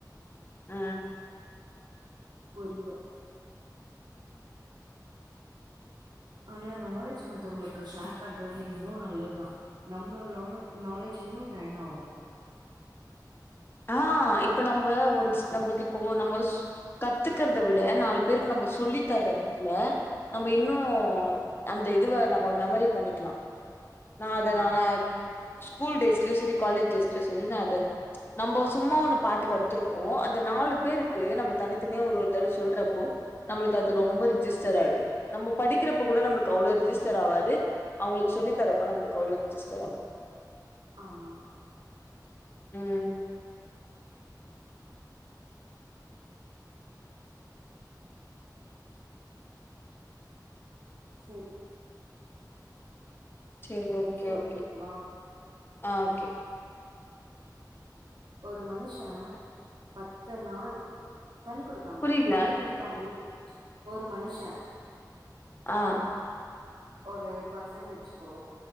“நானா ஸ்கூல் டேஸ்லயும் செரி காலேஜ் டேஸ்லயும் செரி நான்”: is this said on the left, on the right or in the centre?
Left